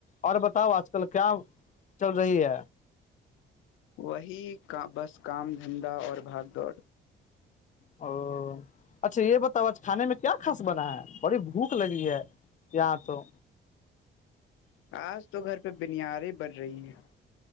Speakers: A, on the left (about 40°); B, on the left (about 80°).
A: اور بتاؤ آج کل کیا چل رہی ہے
B: وہی کا بس کام دھندا اور بھاگ دوڑ
A: او اچھا یہ بتاؤ آج کھانے میں کیا کاص بنا ہے بڑی بھوک لگی ہے یہاں تو
B: آج تو گھر پہ بنیاریں بڑھ رہی ہیں